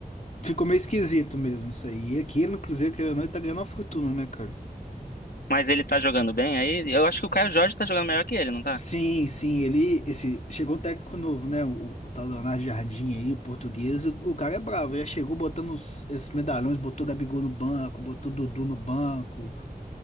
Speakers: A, on the left (about 50°); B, on the left (about 70°).
A: ficou meio esquisito mesmo isso aí. E aqui ele no Cruzeiro, querendo ou não, ele tá ganhando uma fortuna, né, cara?
B: Mas ele tá jogando bem aí? Eu acho que o Caio Jorge tá jogando melhor que ele, não tá?
A: Sim, sim, ele esse chegou o técnico novo, né? O, o tal Leonardo Jardim aí, o português, o, o cara é bravo, já chegou botando os, esses medalhões, botou o Gabigol no banco, botou o Dudu no banco.